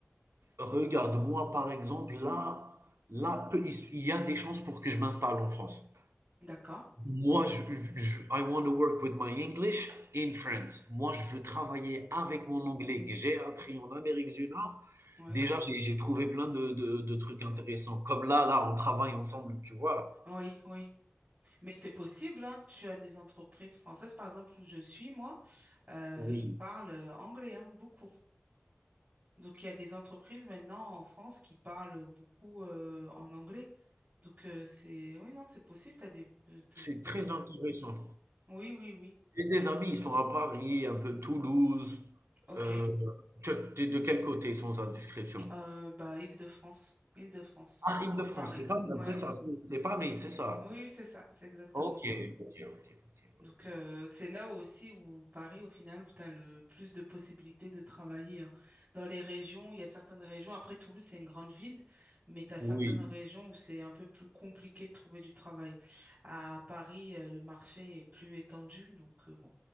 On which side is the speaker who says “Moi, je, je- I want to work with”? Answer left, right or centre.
Right